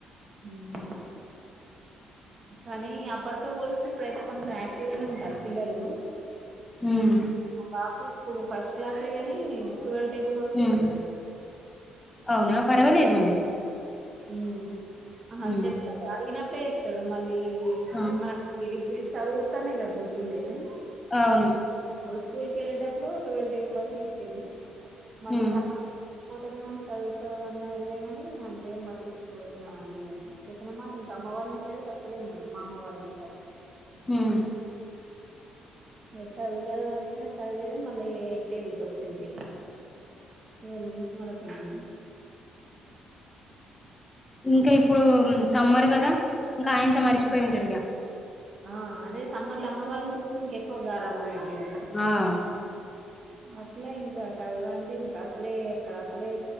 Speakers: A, on the right; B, on the left.
A: ఉమ్. కానీ అప్పటితో పోలిస్తే ఇప్పుడైతే కొంచెం యాక్టివ్ గానే ఉంటాలి పిల్లలు.
B: హ్మ్.
A: మా బాబు ఇప్పుడు ఫస్ట్ క్లాసే గాని. టువెల్ టెబుల్ వరకు
B: హ్మ్.
A: చెబుతాడు.
B: అవునా పర్వాలేదు మరి.
A: ఉమ్ ఆహా
B: హ్మ్.
A: చెప్తాడు అడిగినప్పుడే చెప్తాడు మళ్ళీ
B: ఆ!
A: మనకు తిరిగి. చదువుతానే కదా గుర్తుండేది.
B: అవును.
A: ఇప్పుడు స్కూల్కి వెళ్ళేటప్పుడు ట్వెల్వ్ టేబుల్ వరకు చెప్పేది మళ్ళీ
B: హ్మ్.
A: ఈ సమ్మర్. పోతాడులే అన్ చదువుతాడు అన్నాడులే కాని అన్. ఏం పట్టించుకోడు ఆహ్ ఇంకా నేను చెప్పిన మాట ఇంక అమ్మ వాళ్ల ఇంటి కాడైతే అసలే వీనడు మా అమ్మ వాళ్ళ ఇంటికాడ.
B: ఉమ్.
A: ఇక చదువు చదువు అని చెప్పిన చదివేది మళ్ళా ఎయిట్ టేబుల్ కి వచ్చింది. వెల్లుమ్స్ మళ్ళ <unintelligible> అయింది.
B: ఇంకా ఇప్పుడు సమ్మరు కదా ఇంకా ఆఇంత మరిచిపోయి ఉంటాడు ఇంకా.
A: ఆహ్ అదే సమ్మర్లు అమ్మ వాళ్ల ఇంటికి పోతే ఇంకా ఎక్కువగా గారాబం అయుదేమో.
B: ఆహ్.
A: అట్లా ఇంకా చదువు అంటే ఇంకా అసలే అక్కడ అసలే